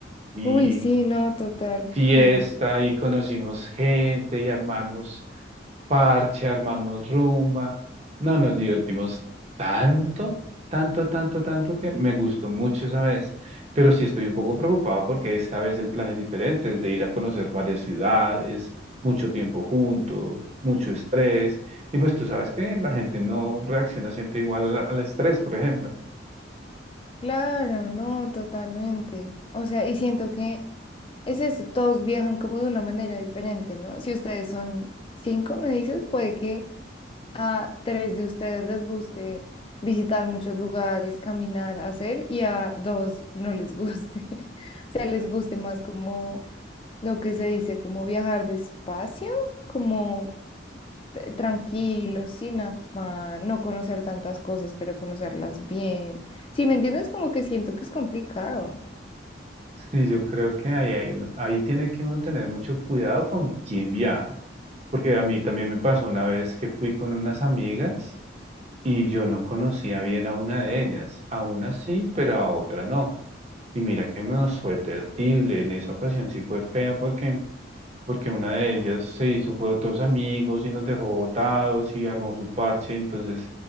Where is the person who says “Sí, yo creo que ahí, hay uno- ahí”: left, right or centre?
Right